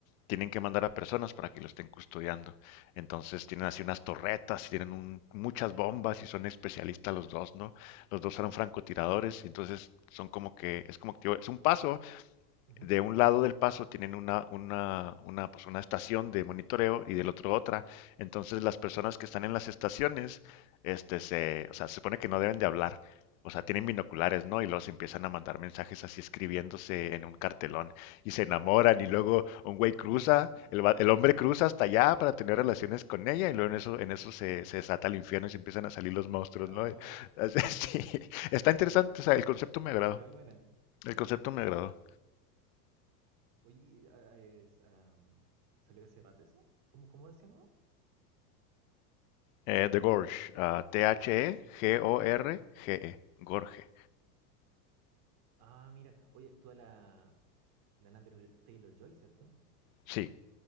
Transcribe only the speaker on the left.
tienen que mandar a personas para que lo estén custodiando. Entonces tienen así unas torretas y tienen un- muchas bombas y son especialistas los dos, ¿no? Los dos eran francotiradores y entonces son como que, es como que, tío, es un paso
de un lado del paso tienen una, una, una, pues una estación de monitoreo y del otro otra. Entonces las personas que están en las estaciones, este, se, o sea, se supone que no deben de hablar. O sea, tienen binoculares, ¿no? Y los empiezan a mandar mensajes así escribiéndose en un cartelón y se enamoran y luego un güey cruza,
el, va- el hombre cruza hasta allá para tener relaciones con ella y luego en eso, en eso se, se desata el infierno y se empiezan a salir los monstruos,
¿no? <laughs> Así- sí. Está interesante, o sea, el concepto
me agradó,
el concepto me agradó.
Eh, The Gorge, ah, T-H-E-G-O-R-G-E,
Gorge.
Sí,